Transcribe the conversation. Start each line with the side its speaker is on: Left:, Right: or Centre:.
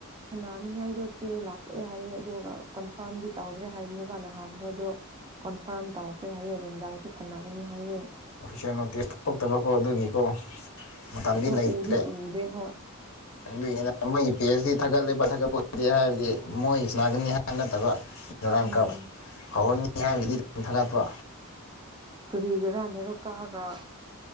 Right: ꯁꯥꯟꯅꯅꯤꯡꯉꯥꯏꯗꯣꯆꯦ ꯂꯥꯛꯀꯑꯦ ꯍꯥꯏꯌꯦꯦ ꯑꯗꯨꯒ ꯀꯟꯐꯥꯔꯝꯗꯤ ꯇꯧꯗ꯭ꯔꯦ ꯍꯥꯏꯕꯅꯦꯕ ꯅꯍꯥꯟꯗꯣ ꯑꯗꯣ ꯀꯣꯟꯐꯥꯔꯝ ꯇꯧꯈ꯭ꯔꯦ ꯍꯥꯏꯌꯦꯦ ꯔꯦꯡꯗꯥꯏꯁꯨ ꯁꯥꯟꯅꯒꯅꯤ ꯍꯥꯏꯌꯦꯦ
Left: ꯄꯩꯁꯦ ꯅꯣꯇꯤꯁ ꯊꯣꯛꯇꯕꯀꯣ ꯑꯗꯨꯒꯤꯀꯣ ꯃꯇꯝꯗꯤ
Right: ꯑꯗꯣ
Left: ꯂꯩꯇ꯭ꯔꯦ
Right: ꯎꯗꯤ ꯎꯗꯦ ꯍꯣꯏ
Left: ꯄꯤ ꯑꯩꯆ ꯗꯤ ꯊꯥꯒꯠꯂꯦꯕ ꯊꯥꯒꯠꯄ ꯑꯣꯏꯗꯦ ꯍꯥꯏꯕꯗꯤ ꯃꯣꯏ ꯏꯁꯅꯥꯒꯅꯤ ꯍꯥꯏ ꯅꯠꯇꯕ ꯔꯥꯡ
Right: ꯎꯝ
Left: ꯀꯞ ꯍꯧꯔꯟꯅꯤ ꯍꯥꯏꯔꯒꯗꯤ ꯐꯒꯠꯄ
Right: ꯇꯔꯤꯒꯔꯅꯦꯅꯤꯔꯣ ꯀꯥꯒ